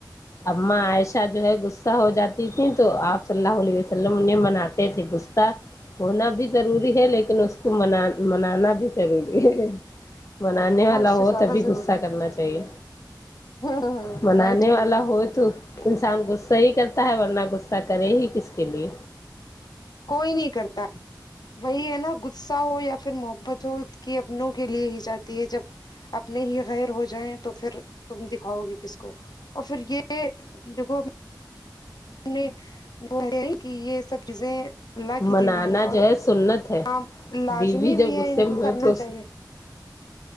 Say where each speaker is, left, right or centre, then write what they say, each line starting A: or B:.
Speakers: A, on the left; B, on the left.
A: اماں عائشہ جو ہے غصہ ہو جاتی تھیں تو آپ صلی اللہ علیہ وسلم نے مناتے تھے غصہ ہونا بھی ضروری ہے لیکن اس کو منا منانا بھی ضروری ہے منانے
B: ہاں
A: والا
B: ہاں اس سے
A: ہو
B: زیادہ
A: تبھی
B: ضروری
A: غصہ
B: ہے
A: کرنا چاہیے
B: نہیں
A: منانے
B: ٹھیک
A: والا
B: ہے
A: ہو تو انسان غصہ ہی کرتا ہے ورنہ غصہ کرے ہی کس کے لیے
B: کوئی نہیں کرتا وہی ہے نا غصہ ہو یا پھر محبت ہو کی اپنوں کے لیے ہی جاتی ہے جب اپنے ہی غیر ہو جائیں تو پھر تم دکھاؤ گے کس کو اور پھر یہ ے دیکھو نے وہ کہ یہ سب چیزیں اللہ
A: منانا
B: کی دی ہوئی ہیں اور
A: جو ہے سنت ہے
B: عام لازمی
A: بیوی جب
B: بھی
A: غصے
B: ہے ان
A: میں
B: کو کرنا
A: ہو تو
B: چاہیے